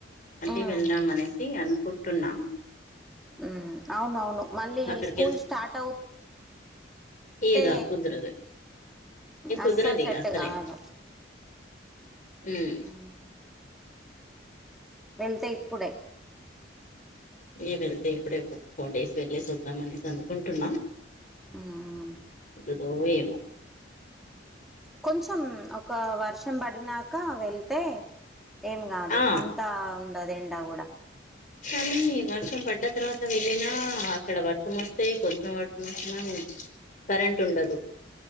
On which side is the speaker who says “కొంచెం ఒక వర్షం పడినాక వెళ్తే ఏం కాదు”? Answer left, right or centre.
Centre